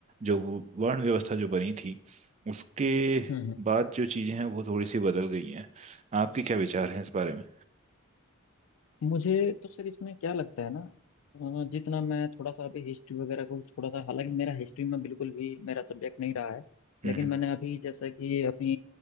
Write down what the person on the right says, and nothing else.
जो वो वर्ण व्यवस्था जो बनी थी उसके
बाद जो चीजें हैं वो थोड़ी सी बदल गई हैं आपके क्या विचार हैं इस बारे में
हम्म
हम्म।